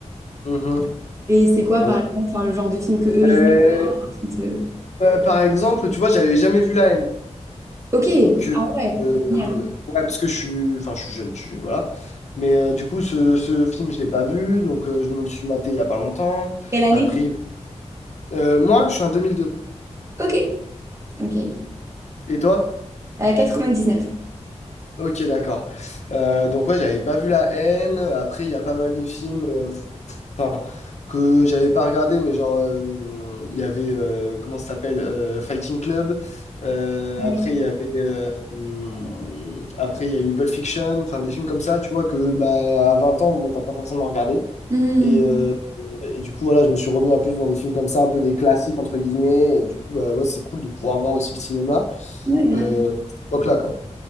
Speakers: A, on the left; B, on the right.
A: mhm.
B: Et c'est quoi, par
A: Ouais.
B: exemple, enfin, le genre de film que eux, ils
A: Euh,
B: apprécient
A: euh, par exemple, tu vois, j'avais jamais vu La Haine.
B: Ok,
A: Donc, euh,
B: Ah ouais,
A: euh,
B: génial.
A: ouais, parce que je suis, enfin, je suis jeune, je suis, voilà. Mais euh, du coup, ce, ce film, je l'ai pas vu, donc euh, je me le suis maté il y a pas longtemps.
B: Quelle année?
A: Après, euh, moi, je suis en 2002.
B: ok, ok.
A: Et toi?
B: Euh, 99.
A: Ok, d'accord. Euh, donc, ouais, j'avais pas vu La Haine. Après, il y a pas mal de films. euh, enfin, que j'avais pas regardé, mais genre, euh, il y avait, euh, comment ça s'appelle, euh, Fighting Club. Euh,
B: Ouais.
A: après, il y avait, euh, hum, après, il y a eu Pulp Fiction, enfin, des films comme ça, tu vois, que bah, à 20 ans, bon, t'as pas forcément regardé.
B: Hmm,
A: Et, euh, et du coup, voilà, je me suis remis un peu dans des films comme ça, un peu des classiques, entre guillemets. Et du coup, bah, ouais, c'est cool de pouvoir voir aussi le cinéma.
B: ouais, grave.
A: Euh, donc là, quoi.